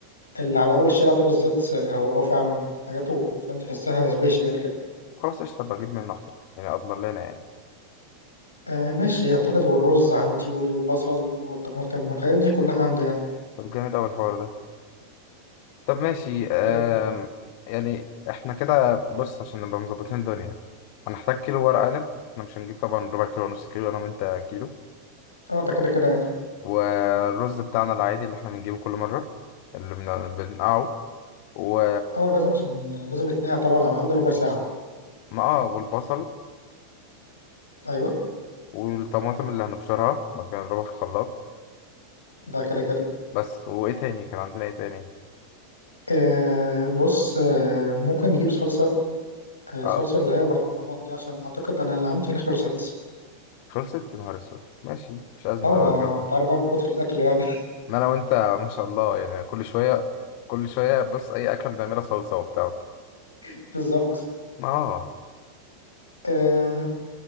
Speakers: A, on the left; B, on the left.
A: اللي على اول الشارع ده بالذات آه، هو اه فعلا حاجاته فاهم تحسها سبيشال كده
B: خلاص قشطة بجيب منه أحسن يعني أضمن لنا يعني
A: آه ماشي اعتقد والرز عندي والبصل والطماطم والحاجات دي كلها عندي يعني
B: طب جامد أوي الحوار ده طب ماشي آم،
A: اه
B: يعني احنا كده بص عشان نبقى مظبطين الدنيا هنحتاج كيلو ورق عنب احنا مش هنجيب طبعا ربع كيلو ونص كيلو انا وانت كيلو
A: آه، ده كده كده يعني
B: والرز بتاعنا العادي اللي احنا بنجيبه كل مرة اللي بن- بنقعه و
A: اه لازم عشان لازم يتنقع طبعا على الاقل ربع ساعه
B: ما اه والبصل
A: ايوه
B: والطماطم اللي هنبشرها وبعد كده نضربها في الخلاط
A: ده كده كده
B: بس وايه تاني كان عندنا ايه تاني
A: آه بص آه ممكن نجيب صلصة آه
B: اه
A: صلصة اللي هي برطمانات دي عشان أعتقد أنا اللي عندي هنا خلصت
B: خلصت يا نهار اسود ماشي مش أزمة
A: اه ما
B: هبقى أجيبها
A: أنت عارف بقى من كتر الأكل يعني
B: ان انا وانت ما شاء الله يعني كل شويه كل شويه بص اي اكله بنعملها صلصه وبتاع
A: <laughs> بالظبط
B: ما اه
A: آه